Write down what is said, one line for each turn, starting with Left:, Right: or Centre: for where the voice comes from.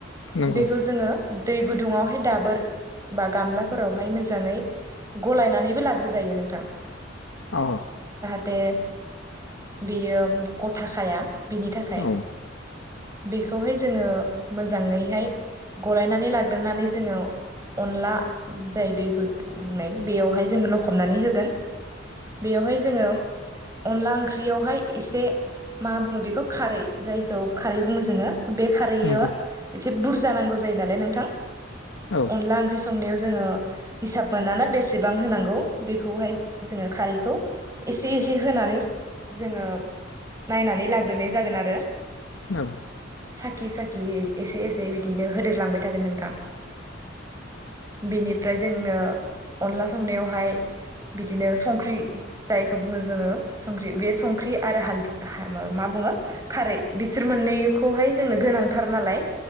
Left: नंगौ
Right: बेखौ जोङो दै गुदुङावहाय दाबोर बा गामलाफोरावहाय मोजाङै गलायनानैबो लाग्रोजायो नोंथां।
Left: औ
Right: जाथे बियो गथाखाया बिनि थाखाय।
Left: औ
Right: बेखौहाय जोङो मोजाङैहाय गलायनानै लाग्रोनानै जोङो अनला जाय दै गोदौनाय बेयावहाय जोंङो लखबनानै होगोन। बेवहाय जोङो अनला ओंख्रियावहाय एसे मा बुङो बेखौ खारै जायखौ खारै बुङो जोङो बे खारैयाव
Left: नंगौ
Right: एसे बुरजा नांगौ जायो नालाय नोंथां।
Left: औ
Right: अनला ओंख्रि संनायाव जोङो हिसाब मोना ना बेसेबां होनांगौ। बेखौहाय जोङो खारैखौ एसे एसे होनानै जोङो नायनानै लाग्रोनाय जागोन आरो।
Left: औ
Right: साखि साखि एसे एसे बिदिनो होदेरलांबाय थागोन नोंथां। बेनिफ्राय जोंनो अनला संनायावहाय बिदिनो संख्रि जायखौ बुङो जोङो संख्रि बे संख्रि आरो हालदि मा बुं ङो खारै बि बिसोर मोननैखौहाय जोंनो गोनांथार नालाय